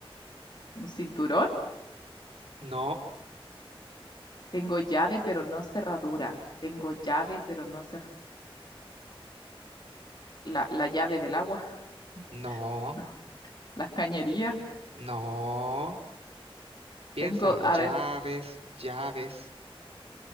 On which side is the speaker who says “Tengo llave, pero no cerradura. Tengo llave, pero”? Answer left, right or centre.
Left